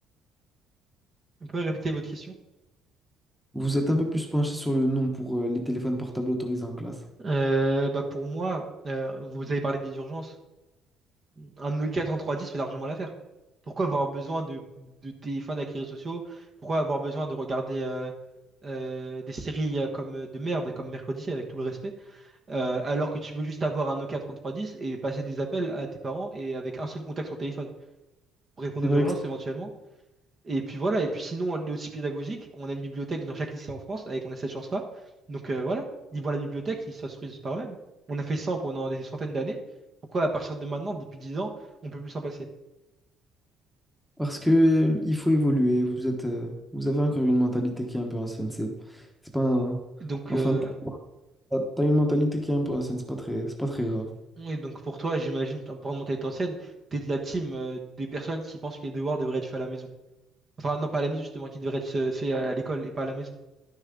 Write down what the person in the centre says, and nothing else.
Vous êtes un peu plus penché sur le non pour euh, les téléphones portables autorisés en classe.
C'est
vrai
que
Parce que il faut évoluer, vous êtes, euh, vous avez encore une mentalité qui est un peu ancienne. C'est, c'est pas un-
Enfin,
t'as t'as une mentalité qui est un peu ancienne, c'est pas très, c'est pas très grave.